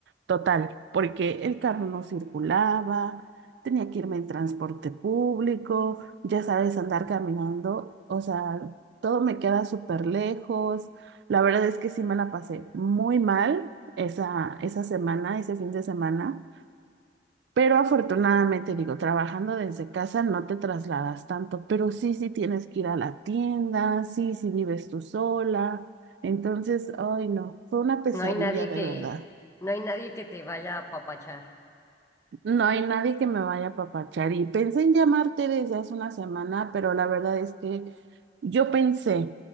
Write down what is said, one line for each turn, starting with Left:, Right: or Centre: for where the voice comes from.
Right: total, porque el carro no circulaba, tenía que irme en transporte público, ya sabes, andar caminando, o sea, todo me queda súper lejos. La verdad es que sí me la pasé muy mal esa, esa semana, ese fin de semana. Pero afortunadamente, digo, trabajando desde casa no te trasladas tanto, pero sí, sí tienes que ir a la tienda, sí, sí vives tú sola. Entonces, ay, no, fue una pesadilla
Left: No hay nadie
Right: de
Left: que,
Right: verdad.
Left: no hay nadie que te vaya a apapachar.
Right: No hay nadie que me vaya a papachar y pensé en llamarte desde hace una semana, pero la verdad es que yo pensé,